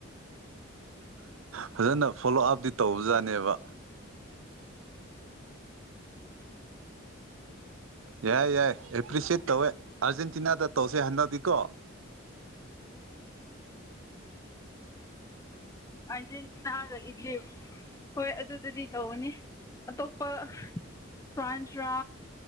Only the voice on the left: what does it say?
ꯑ ꯑ ꯅ ꯏ ꯍꯣꯏ ꯑꯗꯨꯗꯗꯤ ꯇꯧꯅꯤ ꯑꯇꯣꯞꯄ ꯐ꯭ꯔꯥꯟꯁ ꯭ꯔꯥ